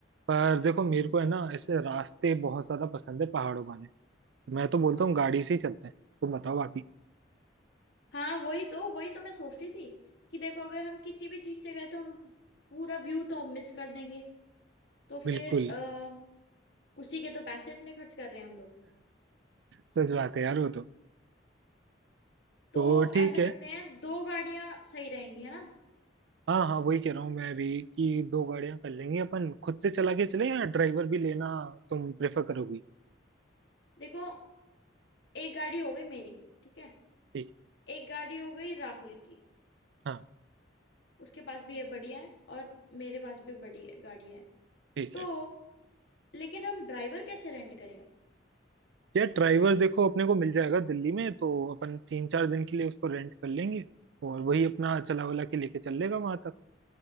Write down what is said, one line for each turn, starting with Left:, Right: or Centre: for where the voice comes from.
Right: पर देखो मेरे को है ना ऐसे रास्ते बहुत ज्यादा पसंद है पहाड़ों वाले मैं तो बोलता हूँ गाड़ी से ही चलते हैं तुम बताओ बाकी
Left: हाँ वही तो वही तो मैं सोच रही थी कि देखो अगर हम किसी भी चीज से गए तो हम पूरा व्यू तो मिस कर देंगे तो फिर
Right: बिल्कुल <laughs>
Left: आ, उसी के तो पैसे इतने खर्च कर रहे हैं हम लोग
Right: सच बात है यार वो तो
Left: तो
Right: तो ठीक
Left: ऐसा
Right: है
Left: करते हैं दो गाड़ियां सही रहेंगी है ना
Right: हाँ हाँ वही कह रहा हूँ मैं भी कि दो गाड़ियां कर लेंगे अपन खुद से चला के चले या ड्राइवर भी लेना तुम प्रेफर करोगी
Left: देखो एक गाड़ी हो गई मेरी ठीक है
Right: ठीक
Left: एक गाड़ी हो गई राहुल की
Right: है हाँ
Left: उसके पास भी है बड़ी है और मेरे पास भी बड़ी है गाड़ी है
Right: ठीक
Left: तो
Right: है
Left: लेकिन हम ड्राइवर कैसे रेंट करें अब
Right: यार ड्राइवर देखो अपने को मिल जाएगा दिल्ली में तो अपन तीन चार दिन के लिए उसको रेंट कर लेंगे और वही अपना चला वला के लेके चल लेगा वहां तक